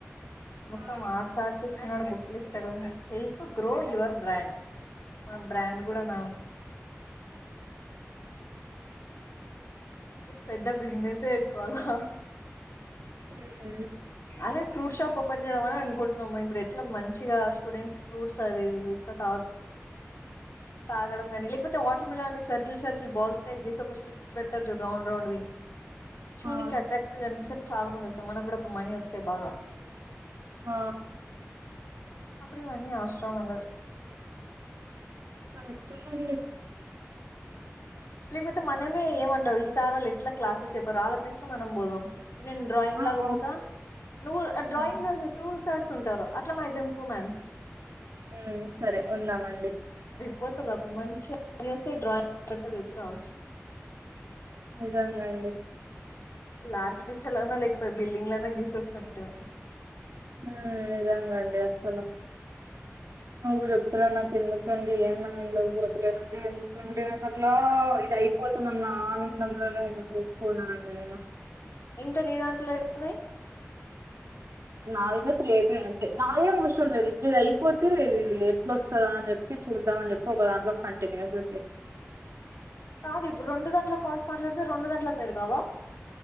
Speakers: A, on the left; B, on the right.
A: మొత్తం
B: ఆ
A: ఆర్ట్స్ ఆర్ట్స్ ఇస్తున్నాడు బుక్కులు ఇస్తడు, హెల్ప్ గ్రో యువర్ బ్రాండ్. మన బ్రాండ్ కూడా నా పెద్ద బిజినెసే పెట్టుకోవాలా
B: మ్మ్.
A: అదే ఫ్రూట్ షాప్ ఓపెన్ చేద్దామని అనుకుంటున్నము, ఇప్పుడు ఎట్లా మంచిగా స్టూడెంట్స్ ఫ్రూట్స్ అది ఎక్కువ తాగ్ తాగడం గని లేకపోతే వాటర్ మిలాన్ని సర్కిల్ సర్కిల్ బాల్స్ టైప్ చేసి, ఒక స్టిక్ పెడతారు చూడు రౌండ్ రౌండ్ వి. చూడ్నికి
B: ఆ
A: అట్రాక్టివ్గానిపిస్తది, చాలా మంది వస్తురు, మనకు కూడా అప్పుడు మనీ వస్తయి బాగా.
B: ఆ
A: అప్పుడు ఇవన్నీ అవసరం ఉండదు.
B: <unintelligible>
A: లేకపోతే మనమే ఏమంటావు ఈసారోళ్ళు ఎట్లా క్లాసెస్ చెప్పరు, ఆళ్ళ ప్లేస్ల మనం పోదాం. ఇన్ డ్రయింగ్
B: ఆ
A: లాగ
B: ఆ
A: బోతా, నువ్ఆ డ్రయింగ్
B: ఆ.
A: లాగ్ టూ సర్డ్స్ టారు అట్ల మన ఇద్దరం టూ మాన్స్
B: ఉమ్ సరే ఉందామండి.
A: పోతదిప్పుడు మంచిగా మని వస్తయి, డ్రాయింగ్ గంట చెప్పి రావచ్చు.
B: నిజంగ అండి.
A: లార్కిటెక్చర్ అన్నా లేకపోతే బిల్డింగ్ లన్నా గీసి వస్తుంటిమి.
B: ఉమ్ నిజంగ అండి అస్సలు. నువ్వు చెప్తున్నా నాకు ఎందుకండి, ఏం మైండ్ లోకి పోతలేదండి ఎందుకండి? అట్లా ఇది అయిపోతనన్న ఆనందంలోనే తీసుకున్నానండి నేను.
A: ఇంక నీ దాంట్లో ఎన్ని ఉన్నయ్?
B: నాయనే తి లేపిన అంతె, నాది కూడా ఏం అవసరం లేదు ఇప్పుడు ఇది అయిపోతే అట్ వస్తదా అని చెప్పి, చూద్దాం అని చెప్పి ఒక దాంట్లో కంటిన్యూస్గా చెప్
A: కాదు ఇప్పుడు రెండు గంటల కాల్స్ మాట్లాడితే, రెండు గంటల పెరిగవా